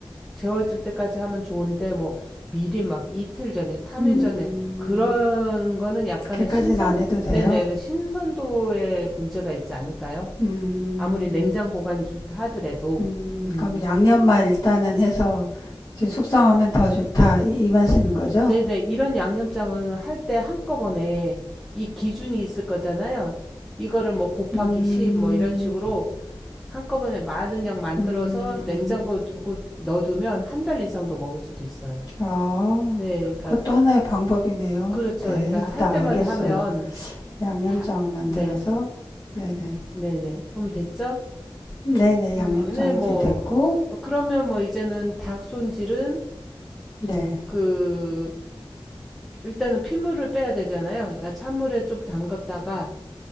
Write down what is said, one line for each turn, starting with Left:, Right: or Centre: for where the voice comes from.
Centre: 재워질 때까지 하면 좋은데 뭐 미리 막 이틀 전에, 3일
Left: 음,
Centre: 전에 그런 거는 약간의
Left: 그까진
Centre: 신선
Left: 안 해도 돼요?
Centre: 네네. 신선도에 문제가 있지 않을까요?
Left: 음,
Centre: 아무리 냉장 보관이 좋다 하더라도.
Left: 음,
Centre: 음.
Left: 그럼 양념만 일단은 해서 이제 숙성하면 더 좋다. 이 말씀인 거죠?
Centre: 네네, 이런 양념장은 할 때 한꺼번에 이 기준이 있을 거잖아요. 이거를 뭐 곱하기
Left: 음,
Centre: 10 뭐 이런 식으로 한꺼번에 많은 양 만들어서
Left: 음,
Centre: 냉장고 두고 넣어두면 한 달 이상도 먹을 수도 있어요.
Left: 아,
Centre: 네, 그러니까
Left: 그것도 하나의 방법이네요.
Centre: 그렇죠.
Left: 네,
Centre: 그러니까
Left: 일단
Centre: 할 때마다
Left: 알겠어요.
Centre: 하면
Left: 양념장을
Centre: 다,
Left: 만들어서,
Centre: 네,
Left: 네네.
Centre: 네네. 그럼 됐죠?
Left: 네네,
Centre: 그냥
Left: 양념장
Centre: 네,
Left: 이제
Centre: 뭐
Left: 됐고,
Centre: 어, 그러면 뭐 이제는 닭 손질은
Left: 네,
Centre: 그 일단은 핏물을 빼야 되잖아요. 그러니까 찬물에 좀 담갔다가